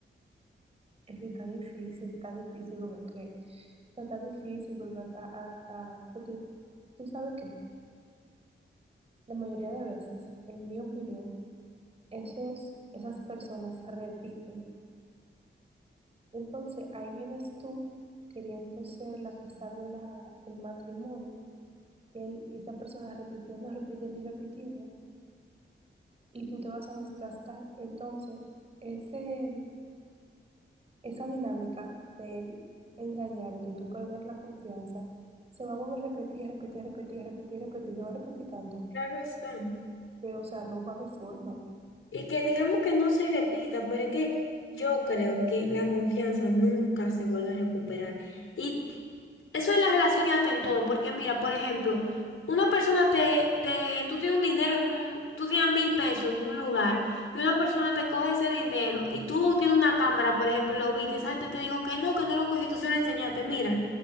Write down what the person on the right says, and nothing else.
Es que está difícil, está difícil volver a creer. O sea, está difícil volver a, a, a- Porque tú sabes que la mayoría de veces, en mi opinión, esos, esas personas repiten. Entonces ahí vienes tú queriendo ser la que salve la, el matrimonio que él- y esa persona repitiendo, repitiendo y repitiendo, y tú te vas a desgastar. Entonces, ese, esa dinámica de él engañarte y tú perder la confianza, se va a volver a repetir, repetir, repetir, repetir, repetir, se va a repetir tanto
que, o sea, no va a haber forma ya.